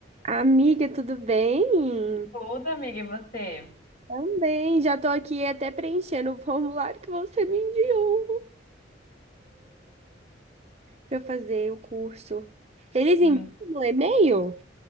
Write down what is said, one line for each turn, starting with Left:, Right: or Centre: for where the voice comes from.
Right: Amiga, tudo bem?
Left: Tudo, amiga, e você?
Right: Também, já tô aqui até preenchendo o formulário que você me enviou para fazer o curso. Eles
Left: Hum.
Right: enviam no e-mail?